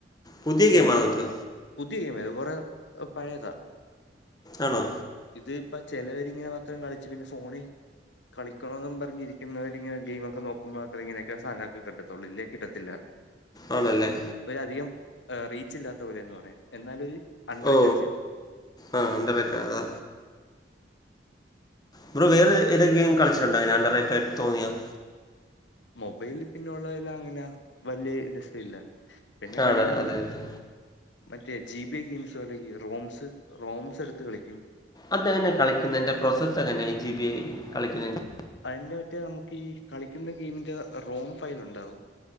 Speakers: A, on the left; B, on the left.
A: പുതിയ
B: ഇങ്ങനെ
A: ഗെയിമാണോ അത്
B: പുതിയ ഗെയിംത് കുറെേ പഴയതാ
A: ആണോ
B: ഇത് ഇപ്പ ചിലവരിങ്ങനെ മാത്രം കളിച്ചു പിന്നെ ഫോണ് കളി കക്കണന്നും പറഞ്ഞിരിക്കുന്നർരിങ്ങ ഗെയിമൊക്കെ നോക്കുമ്പോ മാത്രമ ഇങ്ങന സാധരണ കിട്ടത്തുള്ളൂ ഇല്ല കിട്ടത്തില്ല
A: ആണല്ലേ
B: ഒര് അധികം റീച്ച് ഇല്ലാത്ത പോലെന്ന് പറയാം എന്നാലൊരു അൺറേറ്റഡ്
A: ഓ
B: ജം
A: ആഹ് <unintelligible> അതാ ബ്രോ വേറെ ഏതൊ ഗെയിം കളിച്ചിട്ടുണ്ടോ <unintelligible> തോന്നിയോ
B: മൊബൈലില് പിന്നള്ളതിൽ അങ്ങനെ വല്യ രസല്ല പിന്നെ
A: ആണ്
B: കളിക്കുന്ന
A: അതെ
B: ഈ
A: അതെ
B: മറ്റേ ജിബി ഗെയിംസ് അല്ലെങ്കി റോംസ് റോംസ് എടുത്ത് കളിക്കും
A: അത്ങ്ങനെ കളിക്കുന്നതിൻ്റെ പ്രോസസ്ങ്ങന്നെ ൻ ജി ബി ഐ കളിക്കുന്നതിൻ്റെ
B: അതിന്റെ മറ്റേ നമുക്ക് ഈ കളിക്കുന്ന ഗെയിമിന്റെ റോം ഫയൽ ഉണ്ടാവും